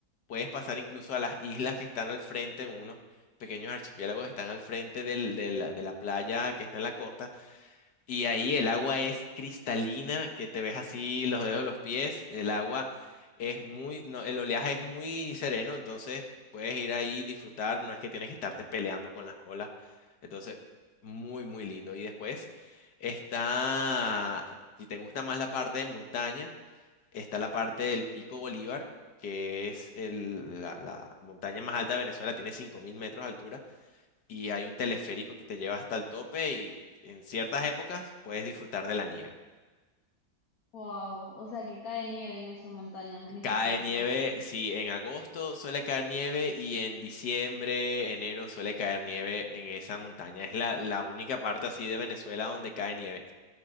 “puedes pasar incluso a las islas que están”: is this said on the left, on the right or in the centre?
Left